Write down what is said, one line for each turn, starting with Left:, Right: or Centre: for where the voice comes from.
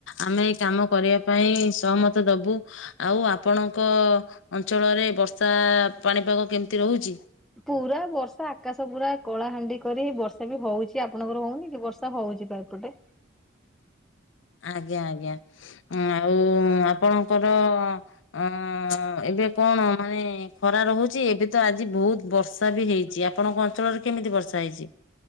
Left: ଆମେ ଏଇ କାମ କରିବା ପାଇଁ ସହମତ ଦବୁ। ଆଉ ଆପଣଙ୍କ ଅଞ୍ଚଳରେ ବର୍ଷା ପାଣିପାଗ କେମିତି ରହୁଚି?
Centre: ପୁରା ବର୍ଷା ଆକାଶ ପୁରା କଳାହାଣ୍ଡି କରି ବର୍ଷା ବି ହଉଚି ଆପଣଙ୍କର ହଉନି କି ବର୍ଷା? ର୍ଷା ହଉଚି ପା ଏପଟେ।
Left: ଆଜ୍ଞା ଆଜ୍ଞା ଆଉ ଆପଣଙ୍କର ଅ ଏବେ କଣ ମାନେ ଖରା ରହୁଚି, ଏବେ ତ ଆଜି ବହୁତ ବର୍ଷା ର୍ଷା ବି ହେଇଚି ଆପଣଙ୍କ ଅଞ୍ଚଳରେ କେମିତି ବର୍ଷା ହେଇଚି?